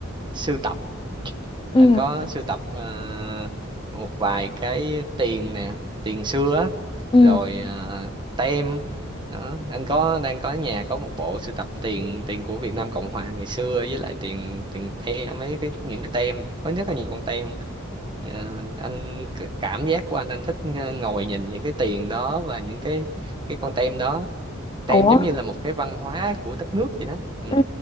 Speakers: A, on the right; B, on the left.
A: sưu tập
B: ừ
A: anh có sưu tập ờ, một vài cái tiền nè tiền xưa á,
B: ừ
A: rồi ờ, tem đó. anh có đang có ở nhà có một bộ sưu tập tiền tiền của Việt Nam Cộng Hòa ngày xưa với lại tiền tiền tem mấy cái những cái tem có rất là nhiều con tem Ờ, anh c- cảm giác của anh anh thích ờ, ngồi nhìn những cái tiền đó và những cái cái con tem đó tem
B: Ủa
A: giống như là một cái văn hóa của đất nước vậy đó ừ.
B: Ừ,